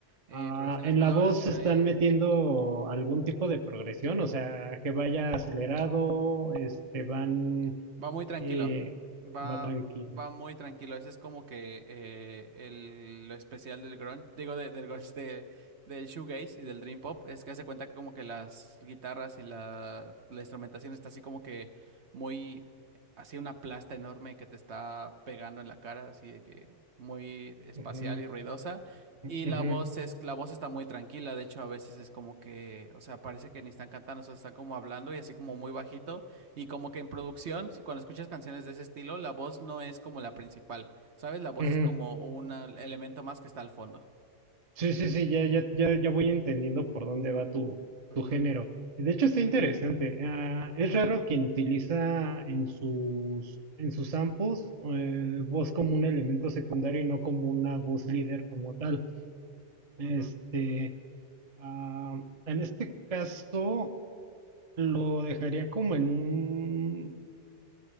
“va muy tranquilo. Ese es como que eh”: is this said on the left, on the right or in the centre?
Right